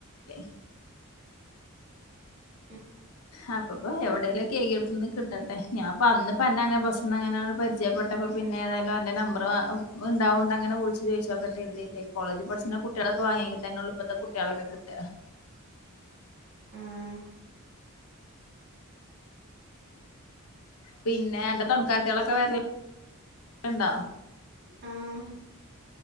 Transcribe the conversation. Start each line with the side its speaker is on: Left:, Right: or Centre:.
Left: <unintelligible>
Right: ഹമ്
Left: ആ ഇപ്പപ്പം എവ എവിടേലൊക്കെ ഏകിയോട്ത്തുന്ന് കിട്ടട്ടെ ഞാപ്പം അന്ന്പ്പം അന്നെ അങ്ങനെ ബസ്സിന്ന് അങ്ങനെ പരിജയപെട്ടപ്പോ പിന്നെ ഏതായാലും അന്റെ ന നമ്പർ ഉണ്ടാവുകൊണ്ട് അങ്ങനെ വിളിച്ചു ചോയിച്ചോക്കട്ടെ കരുതിയിട്ടേ കോളേജി പഠിചിന കുട്ടികളക്കെ വാങ്ങിയങ്ക തന്നെ ഉള്ളു ഇപ്പത്തെ കുട്ടിയാളൊക്കെ കിട്ട
Right: ആഹ്
Left: പിന്നെ അന്റെ തൊണക്കാർത്യാളൊക്കെ വരലു ണ്ടോ
Right: ആഹ്